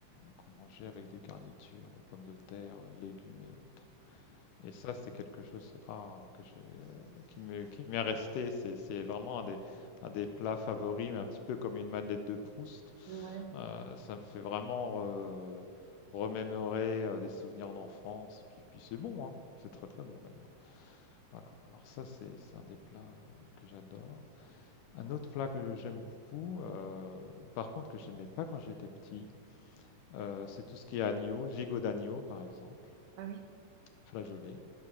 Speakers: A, on the left; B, on the right.
A: qu'on mangeait avec des garnitures, pommes de terre, euh, légumes et autres. Et ça, c'est quelque chose ah, que j'ai, euh, qui me, qui m'est resté. C'est, c'est vraiment un des, un des plats favoris, mais un petit peu comme une madeleine de Proust.
B: Ouais.
A: Euh, ça me fait vraiment euh, remémorer euh, des souvenirs d'enfance. Puis, puis c'est bon, hein. C'est très très bon d'ailleurs. Voilà. Alors ça, c'est, c'est un des plats euh, que j'adore. Un autre plat que j'aime beaucoup, euh, par contre que j'aimais pas quand j'étais petit, euh, c'est tout ce qui est agneau, gigot d'agneau par exemple,
B: Ah oui.
A: flageolet.